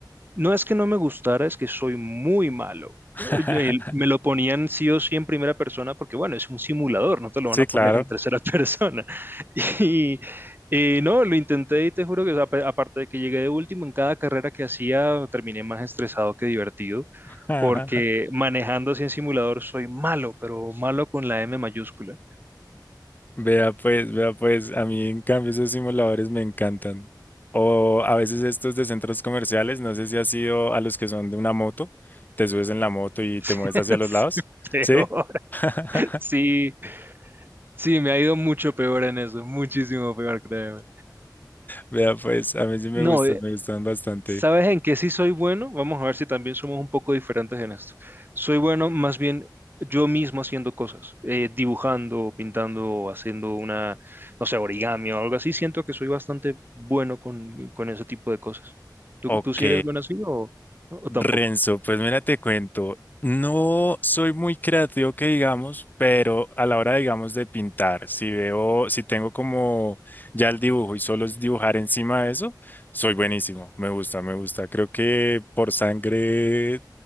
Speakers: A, on the right (about 25°); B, on the left (about 25°).
A: No es que no me gustara, es que soy muy malo.
B: <laughs>
A: Eh, Me lo ponían sí o sí en primera persona porque, bueno, es un simulador, no te lo
B: Sí,
A: van a
B: claro.
A: poner en tercera <laughs> persona. Y eh, no, lo intenté y te juro que, o sea, pe- aparte de que llegué de último en cada carrera que hacía, terminé más estresado que divertido,
B: <laughs>
A: porque manejando así en simulador soy malo, pero malo con la M mayúscula.
B: Vea pues, vea pues, a mí en cambio esos simuladores me encantan. O a veces estos de centros comerciales, no sé si has ido a los que son de una moto, te subes en la moto y te
A: <laughs>
B: mueves hacia los lados.
A: Sí, Peor.
B: ¿Sí? <laughs>
A: Sí, sí, me ha ido mucho peor en eso, muchísimo peor, créeme.
B: Vea pues, a mí sí me
A: No,
B: gustan, me gustan bastante.
A: ¿Sabes en qué sí soy bueno? Vamos a ver si también somos un poco diferentes en esto. Soy bueno más bien yo mismo haciendo cosas, eh, dibujando, pintando, haciendo una, no sé, origami o algo así. Siento que soy bastante bueno con, con ese tipo de cosas. ¿Tú,
B: Ok,
A: tú sí eres bueno así o, o
B: Renzo,
A: tampoco?
B: pues mira, te cuento, no soy muy creativo que digamos, pero a la hora, digamos, de pintar, si veo, si tengo como ya el dibujo y solo es dibujar encima de eso, soy buenísimo, me gusta, me gusta. Creo que por sangre